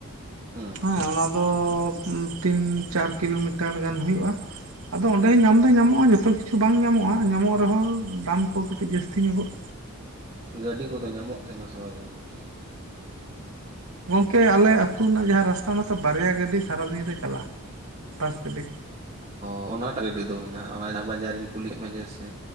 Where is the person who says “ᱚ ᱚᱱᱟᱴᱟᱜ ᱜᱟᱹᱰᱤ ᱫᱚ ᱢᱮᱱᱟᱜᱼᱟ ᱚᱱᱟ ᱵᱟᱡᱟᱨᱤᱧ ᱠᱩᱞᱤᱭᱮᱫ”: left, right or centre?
Right